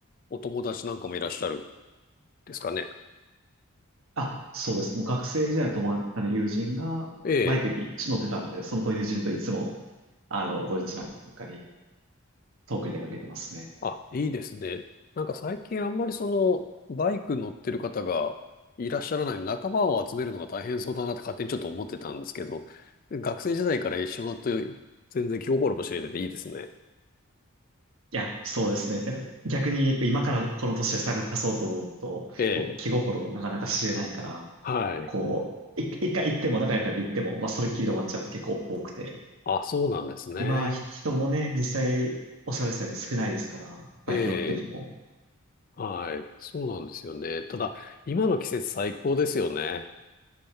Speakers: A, on the left (about 40°); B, on the right (about 65°).
A: お友達なんかもいらっしゃるんですかね。
B: あ、そうです。もう学生時代の友達、あの友人がバイクに乗ってたので、
A: ええ、
B: その友人といつも、あの、土日なんかに遠くに出かけてますね。
A: あ、いいですね。なんか最近あんまりその、バイク乗ってる方がいらっしゃらない、仲間を集めるのが大変そうだなって勝手にちょっと思ってたんですけど、学生時代から一緒だと全然気心も知れてていいですね。
B: いや、そうですね。だから逆に今からこの年で探そうと思うと、
A: ええ、
B: こう気心なかなか知れないから、
A: はい。
B: こう、い一回行っても仲良くなって行っても、まあそれっきりで終わっちゃうこと結構多くて。
A: あ、そうなんですね。
B: 今、人もね、実際おっしゃられたように少ないですから、バイク乗ってる人も。
A: ええ、はい。そうなんですよね。ただ、今の季節最高ですよね。